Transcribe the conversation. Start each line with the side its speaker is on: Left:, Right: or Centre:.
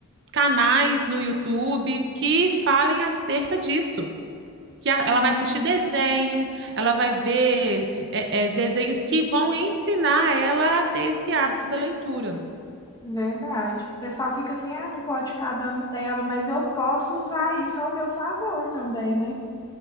Right: canais no YouTube que falem acerca disso que a-
Left: Sim,
Right: ela vai assistir desenho, ela vai ver é, é, desenhos que vão ensinar ela a ter esse hábito da leitura.
Left: verdade. O pessoal fica assim, ah, não pode ficar dando tela, mas eu posso usar isso ao meu favor também, né?